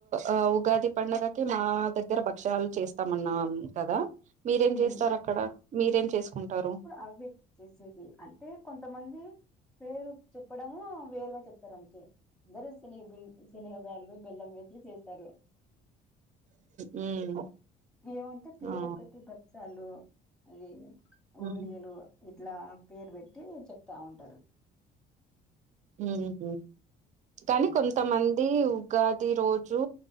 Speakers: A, on the right; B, in the centre.
A: ఆ ఉగాది పండగకి మా దగ్గర భక్ష్యాలు చేస్తామన్నా కదా మీరేం
B: హ్మ్.
A: చేస్తారు అక్కడ మీరేం చేసుకుంటారు
B: అవి చేసేది అంటే కొంతమంది పేరు చెప్పడము వేరుగా చెప్తారు అంతే అందరు శనగపిం శనిగ పాలు బెల్లం వేసి చేస్తారు
A: ఉమ్
B: ఏమంటే పేరొకటి
A: ఆ
B: భక్షాలు అది గోలీలు
A: ఉమ్
B: ఇట్లా పేరు పెట్టి చెప్తా ఉంటరు
A: ఉహు కానీ
B: ఉమ్.
A: కొంతమంది ఉగాది రోజు